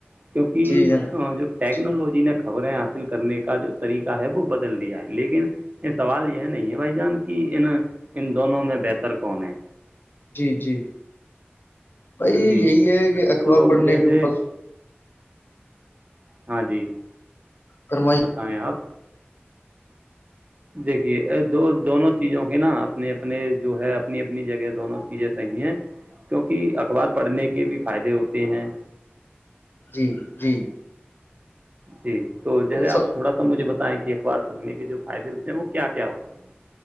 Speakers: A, on the right; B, on the left.
A: کیونکہ
B: جی جناب
A: ہاں جو ٹیکنالوجی
B: جی
A: نے خبریں حاصل کرنے کا جو طریقہ ہے وہ بدل دیا ہے لیکن یہ سوال یہ نہیں ہے بھائی جان کی ان ان دونوں میں بہتر کون ہے
B: جی جی بھائی
A: جی
B: یہی ہے کہ اخبار
A: تو
B: پڑھنے
A: جیسے
B: کے بس
A: ہاں جی
B: فرمائی
A: بتائیں آپ دیکھیے دو دونوں چیزوں کے نا اپنے اپنے جو ہے اپنی اپنی جگہ دونوں چیزیں صحیح ہیں کیونکہ اخبار پڑھنے کے بھی فائدے ہوتے ہیں
B: جی جی
A: جی تو جیسے آپ
B: س
A: تھوڑا سا مجھے بتا کہ اخبار پھڑنے کے جو فائدے ہوتے ہیں وہ کیا کیا ہوتے ہیں